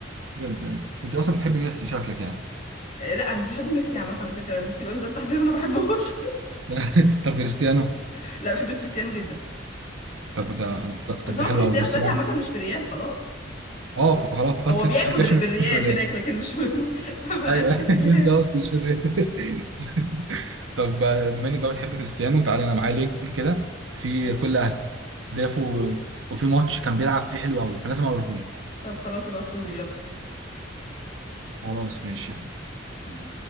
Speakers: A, on the right (about 75°); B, on the left (about 40°).
A: بجد يعني انت اصلا بتحب ميسي شكلك يعني
B: آه، لا انا مش بحب ميسي عامه على فكره ميسي بقى بالذات تحديدا ما بحبهوش
A: <laughs> طب كريستيانو
B: <laughs> لا بحب كريستيانو جدا
A: طب ده ده- طب
B: بس هو
A: ده حلو
B: كريستيانو
A: قوي بص
B: دلوقتي
A: بقى
B: عامة مش في ريال خلاص
A: اه فخلاص فتحي
B: هو بياخد
A: كاش
B: ري-
A: مش
B: بالريال
A: في الريال
B: هناك لكن مش <laughs> ما بقاش
A: ايوه
B: بالريال
A: <laughs> بالظبط مش في الريال <laughs> طب بما انك بقى بتحب كريستيانو تعالى انا معايا لينك كده في
B: آه،
A: كل اهدافه و- وفي ماتش كان بيلعب فيه حلو قوي فلازم اوريهولك
B: طب خلاص ابعتهولي يلا
A: خلاص ماشي يعني
B: مم.